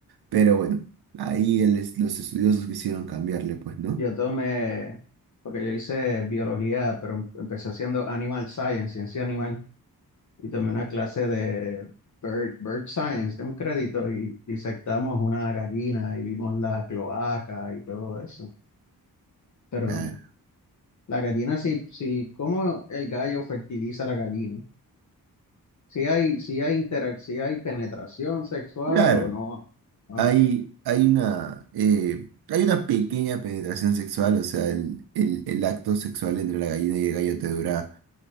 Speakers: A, on the right; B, on the left.
A: pero bueno, ahí el es- los estudiosos quisieron cambiarle, pues, ¿no?
B: Yo tomé, porque yo hice biología, pero em- empecé haciendo animal science, ciencia animal. y tomé una clase de bird, bird science de un crédito y disectamos una gallina y vimos la cloaca y todo eso. Pero
A: Claro.
B: la gallina sí, sí, cómo el gallo fertiliza la gallina. Si hay, si hay interac- si hay penetración sexual
A: Claro.
B: o no. Ah,
A: Hay,
B: Okay.
A: hay una, eh, hay una pequeña penetración sexual, o sea, el, el- el acto sexual entre la gallina y el gallo te dura